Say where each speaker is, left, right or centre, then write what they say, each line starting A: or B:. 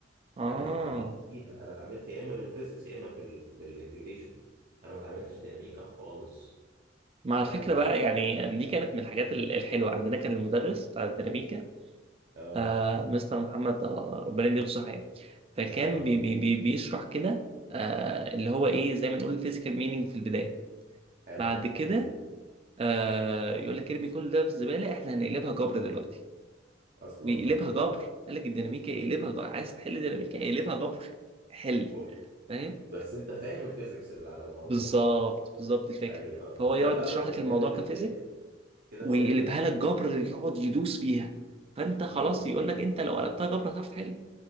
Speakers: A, on the right; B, on the right.
A: اه
B: انا اتعاملت فيها انا اتعاملت يا اما بالفيزيكس يا اما بال... بالانتجريشن انا ما اتعاملتش ديناميكا خالص
A: مع
B: فعليا
A: الفكرة بقى يعني دي كانت من الحاجات ال- الحلوة عندنا كان المدرس بتاع الديناميكا
B: اه
A: آه مستر محمد آه ربنا يديله الصحة يعني فكان
B: اه
A: بي بي بي بيشرح كده آه اللي هو ايه زي ما نقول الفيزيكال مينينج في البداية
B: حلو
A: بعد كده
B: حلو جدا
A: آه يقول لك ارمي كل ده في الزبالة احنا هنقلبها جبر دلوقتي
B: اصلا
A: ويقلبها
B: بقى
A: جبر قال لك الديناميكا يقلبها جبر عايز تحل ديناميكا يقلبها جبر حل
B: اوف
A: فاهم
B: بس انت فاهم الفيزيكس اللي على الموضوع
A: بالظبط بالظبط الفكرة
B: ايوه اه
A: فهو
B: فكده
A: يقعد
B: لا
A: يشرح
B: هو كده
A: لك الموضوع
B: جاب ال...
A: كفيزيك
B: كده
A: ويقلبها
B: هو جاب الناحيه
A: لك جبر يقعد يدوس فيها فانت خلاص
B: امم
A: يقول لك انت لو قلبتها جبر هتعرف تحل